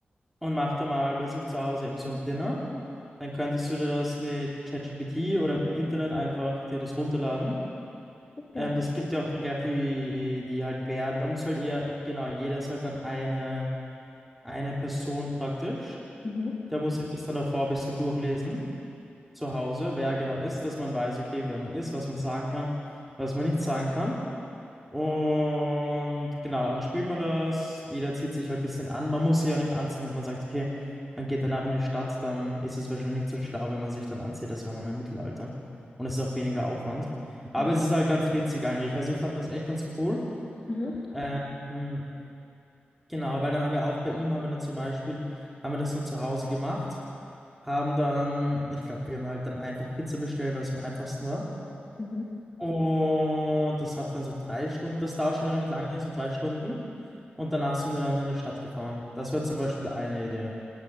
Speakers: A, in the centre; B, on the left (about 30°).
A: und mach da mal bei sich zu Hause eben so ein Dinner. Dann könntest du dir das mit ChatGPT oder im Internet einfach dir das runterladen.
B: Ja.
A: Ähm, das gibt ja auch dann gleich die, die halt wer, da muss halt eher, genau, jeder ist halt dann eine, eine Person praktisch.
B: Mhm.
A: Da muss ich das dann davor ein bisschen durchlesen, zu Hause, wer genau ist, dass man weiß, okay, wer man ist, was man sagen kann, was man nicht sagen kann. Und genau, dann spielt man das. Jeder zieht sich halt ein bisschen an. Man muss sich auch nicht anziehen, wenn man sagt, okay, man geht danach in die Stadt, dann ist es wahrscheinlich nicht so schlau, wenn man sich dann anzieht, als wäre man im Mittelalter. Und es ist auch weniger Aufwand. Aber
B: Ja.
A: es ist halt ganz witzig eigentlich. Also ich fand das echt ganz cool.
B: Mhm.
A: Ähm, genau, weil dann haben wir auch bei ihm, haben wir dann zum Beispiel, haben wir das nur zu Hause gemacht. Haben dann, ich glaube, wir haben halt dann einfach Pizza bestellt, weil es am einfachsten war.
B: Mhm.
A: Und das hat dann so drei Stunden, das dauert schon recht lange, so drei Stunden. Und danach sind wir dann in die Stadt gefahren. Das wäre zum Beispiel eine Idee.